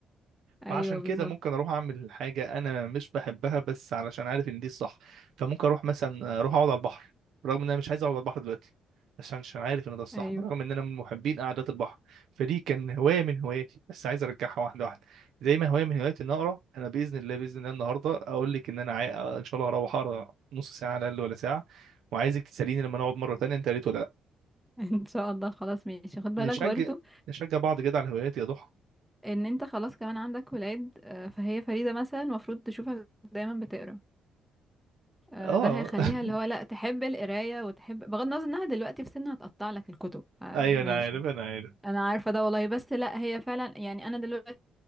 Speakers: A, in the centre; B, on the right.
A: ايوه
B: فعشان كده
A: بالظبط
B: ممكن اروح اعمل حاجه انا مش بحبها بس علشان عارف ان دي الصح فممكن اروح مثلا اروح اقعد على البحر رغم ان انا مش عايز اقعد على البحر دلوقتي عشان عشان عارف ان ده الصح
A: ايوه
B: برغم ان انا من محبين قعدات البحر فدي كان هوايه من هواياتي بس عايز ارجعها واحده واحده زي ما هوايه من هواياتي ان اقرا انا باذن الله باذن الله النهارده اقول لك ان انا عاي... آه، ان شاء الله هروح اقرا نص ساعه على الاقل ولا ساعه وعايزك تساليني لما نقعد مره تانية انت قريت ولا لا
A: <laughs> ان شاء الله خلاص ماشي خد بالك
B: نشجع
A: برضو
B: نشجع بعض كده على الهوايات يا ضحى
A: ان انت خلاص كمان عندك ولاد آه، فهي فريدة مثلا المفروض تشوفك دايما بتقرا آه،
B: اه
A: ده هيخليها
B: <laughs>
A: اللي هو لا تحب القرايه وتحب بغض النظر انها دلوقتي في سنها هتقطع لك الكتب آه،
B: ايوه
A: ماشي
B: انا عارف انا عارف
A: انا عارفه ده والله بس لا هي فعلا يعني انا دلوقتي